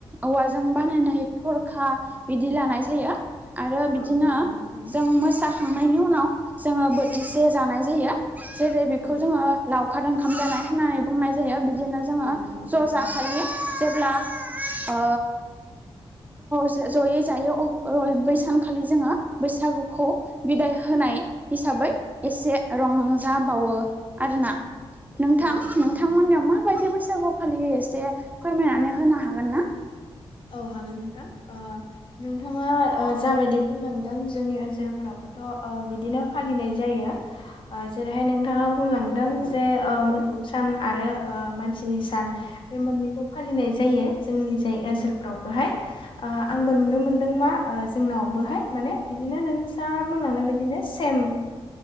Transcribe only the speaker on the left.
औ औ नंगौ थारैनो
औ
औ
औ नंगौ
थारैनो
औ औ नंगौ
औ हागोन नोंथां ओ नोंथाङा ओ जाबायदि बुंलांदों जोंनि ओनसोलफोरावबोथ बिदिनो फालिनाय जायो जेरैहाय नोंथाङा बुंलांदों जे मोसौ सान आरो मानसिनि सान बे मोननैखौ फालिनाय जायो जोंनि जाय ओनसोलफोरावबोहाय ओ आंबो नुनो मोन्दों मा ओ जोंनावबोहाय माने बिदिनो नों सा बुंलांनाय बदिनो सेम